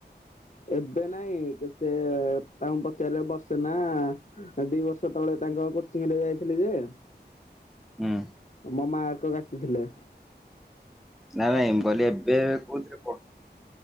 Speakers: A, on the left; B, in the centre.
A: ଏବେ ନାଇଁ ସେ ତାଙ୍କୁ ପଚାରିବା ବର୍ଷେ ନା ଦି ବର୍ଷ ତଳେ ତାଙ୍କ କୋଚିଂ ରେ ଯାଇଥିଲି ଯେ
B: ହୁଁ।
A: ମୋ ମାକ କାଟିଥିଲେ
B: ନାଇଁ ନାଇଁ କହିଲି ଏବେ କୋଉଥିରେ ପଢୁ